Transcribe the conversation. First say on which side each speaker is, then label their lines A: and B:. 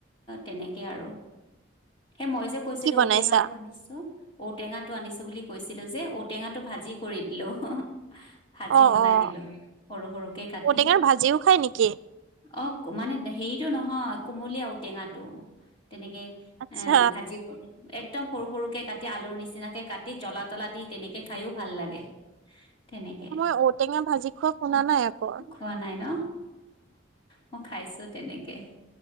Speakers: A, on the left; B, on the right.
A: তেনেকে আৰু সেই মই যে কৈছিলো
B: কি বনাইছা?
A: ঔটেঙাটো আনিছো ঔটেঙাটো আনিছো বুলি কৈছিলো যে ঔটেঙাটো ভাজি কৰি দিলো ভাজি
B: অ',
A: বনাই
B: অ',
A: দিলো সৰু সৰুকে কাটি
B: ঔটেঙাৰ ভাজিও খাই নেকি?
A: অক মানে হেৰি এইটো নহয় কুমলিয়া ঔটেঙাটো তেনেকে
B: আচ্ছা
A: এ ভাজি কৰি একদম সৰু সৰুকে কাটি আলুৰ নিচিনাকে কাটি জলা তলা দি তেনেকে খাইও ভাল লাগে। তেনেকে
B: মই ঔটেঙা ভাজি খোৱা শুনা নাই। আকৌ।
A: খোৱা নাই ন মই খাইছো তেনেকে।